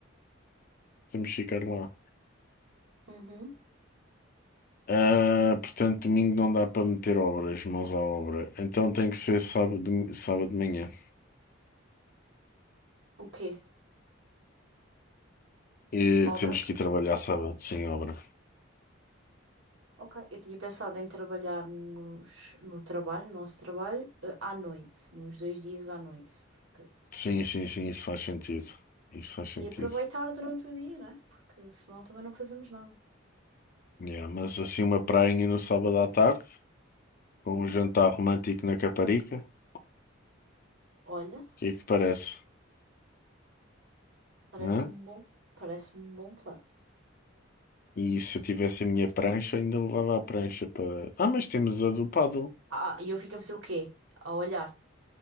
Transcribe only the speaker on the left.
temos que ficar lá.
Ah, portanto, domingo não dá para meter obras, mãos à obra. Então tem que ser sábado, sábado de manhã.
E
temos que ir trabalhar sábado sem obra.
Sim, sim, sim, isso faz sentido. Isso faz sentido.
Yeah, mas assim, uma prainha no sábado à tarde, com um jantar romântico na Caparica, o
que é que te parece?
Hã?
E se eu tivesse a minha prancha, ainda levava a prancha para. Ah, mas temos a do paddle.